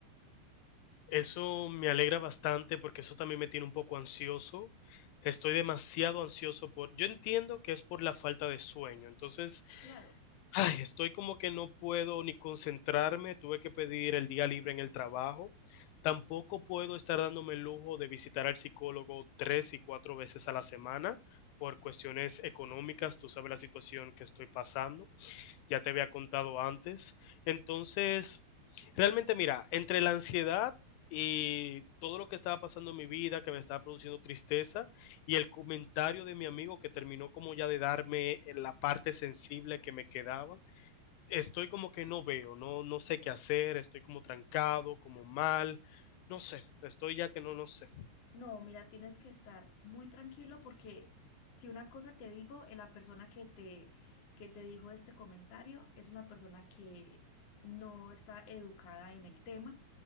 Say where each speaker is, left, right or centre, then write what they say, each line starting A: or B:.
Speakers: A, on the left; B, on the left.
A: Eso me alegra bastante porque eso también me tiene un poco ansioso. Estoy demasiado ansioso por... Yo entiendo que es por la falta de sueño. Entonces,
B: Claro.
A: Ay, estoy como que no puedo ni concentrarme, tuve que pedir el día libre en el trabajo. Tampoco puedo estar dándome el lujo de visitar al psicólogo tres y cuatro veces a la semana por cuestiones económicas. Tú sabes la situación que estoy pasando, ya te había contado antes. Entonces, realmente mira, entre la ansiedad y todo lo que estaba pasando en mi vida, que me estaba produciendo tristeza, y el comentario de mi amigo que terminó como ya de darme eh, la parte
B: Ah.
A: sensible que me quedaba, estoy como que no veo, no, no sé qué hacer, estoy como trancado, como mal, no sé, estoy ya que no, no sé.
B: No, mira, tienes que estar muy tranquilo porque si una cosa te digo, eh, la persona que te, que te dijo este comentario es una persona que no está educada en el tema,